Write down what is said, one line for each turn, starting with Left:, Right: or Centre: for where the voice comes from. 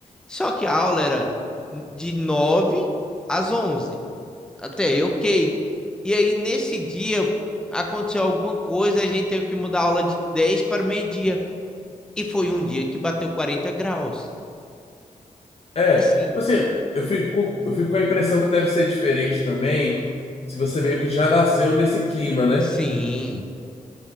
Centre: Só que a aula era de nove às onze Até aí, ok. E aí, nesse dia, aconteceu alguma coisa, a gente teve que mudar a aula de 10 para meio-dia. E foi um dia que bateu 40 graus.
Left: É,
Centre: E Assim,
Left: tipo assim,
Centre: e-
Left: eu fico, eu fico com a impressão que deve ser diferente também, se você meio que já nasceu nesse clima, né?
Centre: sim,